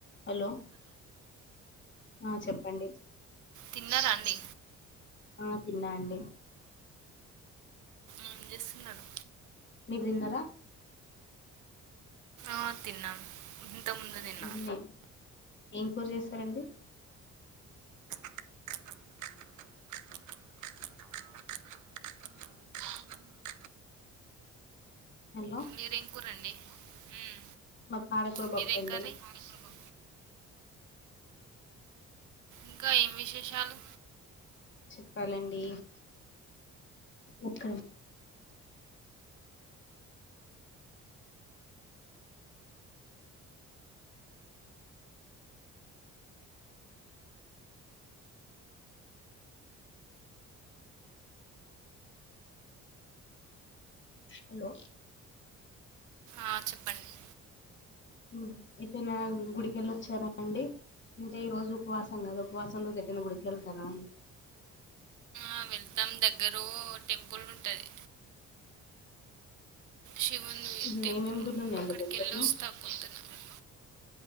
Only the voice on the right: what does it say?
తిన్నారా అండి
ఏం చేస్తున్నారు
ఆ తిన్నాం ఇంతకుముందు తిన్నా
మీరేం కూరండి మ్మ్.
మీదేం
కర్రీ అవునా ఇంకా ఏం విశేషాలు
ఆ చెప్పండి
ఆ వెళ్తాం దగ్గరో టెంపుల్ ఉంటది శివుని
టెంపుల్
అక్కడికి
వెళ్ళి వస్తా పొద్దున